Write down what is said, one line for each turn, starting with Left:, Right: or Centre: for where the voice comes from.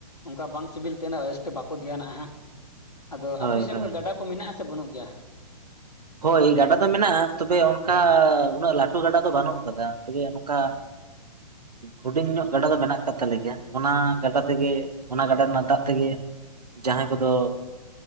Left: ᱚᱱᱠᱟ ᱵᱟᱝ ᱥᱤᱵᱤᱞ ᱛᱮ ᱩᱱᱟᱹᱜ ᱡᱟᱥᱤᱛ ᱵᱟᱠᱚ ᱫᱷᱮᱭᱟᱱᱟᱜᱼᱟ ᱦᱟᱸᱜ᱾ ᱟᱫᱚ
Right: ᱦᱳᱭ
Left: ᱟᱯᱮ ᱥᱮᱫ
Right: ᱦᱳᱭ
Left: ᱚᱱᱠᱟ ᱜᱟᱰᱟ ᱠᱚ ᱢᱮᱱᱟᱜᱼᱟ ᱥᱮ ᱵᱟᱹᱱᱩᱜ ᱜᱮᱭᱟ?
Right: ᱦᱳᱭ ᱜᱟᱰᱟ ᱫᱚ ᱢᱮᱱᱟᱜ-ᱟ, ᱛᱚᱵᱮ ᱚᱱᱠᱟ ᱩᱱᱟᱹᱜ ᱞᱟᱹᱴᱩ ᱜᱟᱰᱟ ᱫᱚ ᱵᱟᱹᱱᱩᱜ ᱟᱠᱟᱫᱟ᱾ ᱛᱚᱵᱮ ᱚᱱᱠᱟ ᱦᱩᱰᱤᱧ ᱧᱚᱜ ᱜᱟᱰᱟ ᱫᱚ ᱢᱮᱱᱟᱜ ᱟᱠᱟᱫ ᱛᱟᱞᱮ ᱜᱮᱭᱟ᱾ ᱚᱱᱟ ᱜᱟᱰᱟ ᱛᱮᱜᱮ ᱚᱱᱟ ᱜᱟᱰᱟ ᱨᱮᱱᱟᱜ ᱫᱟᱜ ᱛᱮᱜᱮ ᱡᱟᱦᱟᱸᱭ ᱠᱚᱫᱚ